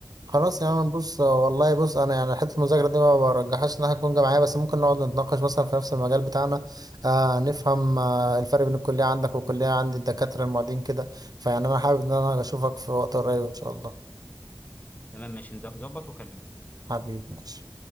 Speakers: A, on the right (about 60°); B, on the left (about 20°).
A: خلاص يا عم بص والله بص أنا يعني حتة المذاكرة دي ما برجحهاش إنها تكون جامعية بس ممكن نقعد نتناقش مثلا في نفس المجال بتاعنا آه نفهم آه الفرق بين الكلية عندك والكلية عند الدكاترة المعيدين كده فيعني أنا حابب إن أنا أشوفك في وقت قريب إن شاء الله
B: تمام ماشي نظبط وكلمني
A: حبيبي ماشي